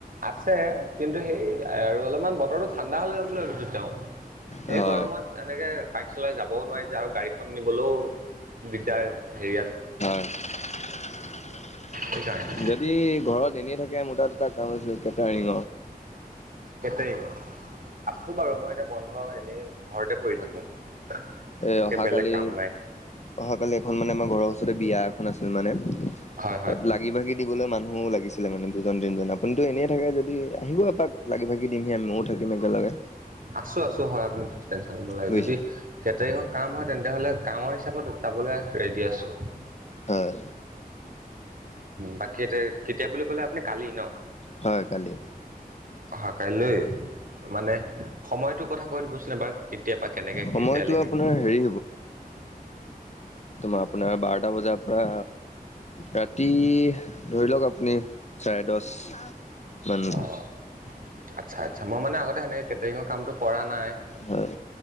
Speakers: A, on the right; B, on the left.
A: আছে কিন্তু, সেই আৰু অলপমান বতৰটো ঠাণ্ডা হ'লে যাম বুলি ভাবিছোঁ তেওঁ।
B: হয়
A: এই গৰমত এনেকে। বাইক চলাই যাবও নোৱাৰি যে আৰু গাড়ীখন নিবলও দিগদাৰ হেৰিয়াত।
B: শ্লুতশ্লুতশ্লুতশ্লুত। <unintelligible>
A: সেইকাৰণে
B: যদি ঘৰত এনেই থাকে মোৰ তাত দুটা কাম আছিল কেটাৰিঙ।
A: কেটাৰিঙত। আছো বাৰু মই এতিয়া বন্ধ এনেই ঘৰতে পৰি থাকোঁ।
B: এ
A: একে
B: অহাকালি
A: বেলেগ কাম নাই
B: অহা কালি এখন মানে আমাৰ ঘৰৰ ওচৰতে বিয়া এখন আছিল মানে।
A: হয় হয়।
B: তাত লাগি ভাগি দিবলৈ মানুহ লাগিছিলে মানে দুজন তিনিজন আপুনিতো এনেই থাকে যদি আহিব এপাক লাগি ভাগি দিমহি আমি। <unintelligible> মও থাকিম একেলগে।
A: আছো আছো হয় আপুনি টেনশ্যন ল'ব লাগে
B: বুজিছে
A: যদি কেটাৰিঙৰ কাম হয়, তেন্তে হ'লে গাঁওৰ হিচাপত <unintelligible> যাবলে ৰেডি আছোঁ।
B: হয়
A: বাকী তে কেতিয়া বুলি ক'লে আপুনি কালি ন।
B: হয় কালি।
A: অহা কাইলৈ মানে সময়টো কথা কৈ দিবচোন এবাৰ কেতিয়া পা কেনেকে
B: সময়টো
A: কেতিয়ালেকে।
B: আপোনাৰ হেৰি মই আপোনাৰ বাৰটা বজাৰ পৰা ৰাতি ধৰি লওক আপুনি চাৰে দশ মান।
A: অঁ আচ্ছা আচ্ছা মই মানে আগতে সেনেকৈ কেটাৰিঙৰ কামটো কৰা নাই।
B: হয়